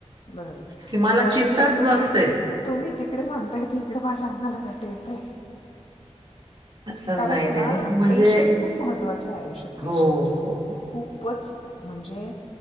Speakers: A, on the left; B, on the right.
A: बरोबर
B: की मला
A: म्हणजे अक्षरशः
B: चिंताच
A: तुम्ही
B: नसते.
A: तुम्ही तिकडे सांगताय त हिकडे माझ्या अंगाला काटे येताय
B: नाही,
A: कारण आहे
B: नाही.
A: ना,
B: म्हणजे
A: पेशन्स खूप महत्वाचा आहे आयुष्यात. पेशन्स
B: हो हो हो
A: खूपच खूप म्हणजे